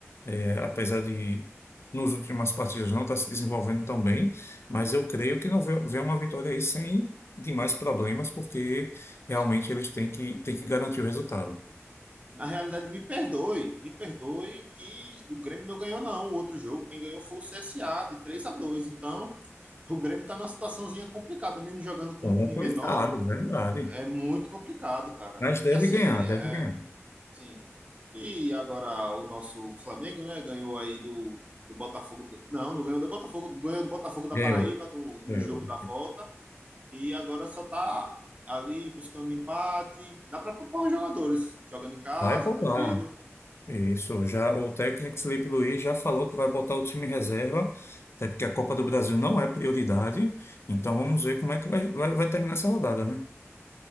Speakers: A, on the left (about 55°); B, on the right (about 25°).
A: é, apesar de nos últimas partidas não estar se desenvolvendo tão bem, mas eu creio que não vê, vê uma vitória aí sem demais problemas, porque realmente
B: Sim.
A: eles têm que, têm que garantir o resultado.
B: Na realidade, me perdoe. Me perdoe que o Grêmio não ganhou, não, o outro jogo. Quem ganhou foi o CSA, de três a dois Então, o Grêmio tá numa situaçãozinha complicada. Mesmo jogando com
A: Complicado,
B: um time menor,
A: verdade.
B: é muito complicado, cara.
A: Mas deve
B: E assim,
A: ganhar,
B: é,
A: deve ganhar.
B: sim. E agora o nosso Flamengo, né, ganhou aí do, do Botafogo. do- não, não ganhou do Botafogo, ganhou do Botafogo da
A: Ganhou,
B: Paraíba no, no
A: ganhou.
B: jogo da volta. E agora só tá ali buscando empate. Dá pra poupar os jogadores, jogando em casa,
A: Vai poupar.
B: tranquilo.
A: Isso, já o técnico Felipe Luiz já falou que vai botar o time em reserva, até porque a Copa do Brasil não é prioridade. Então vamos ver como é que vai, vai, vai terminar essa rodada, né?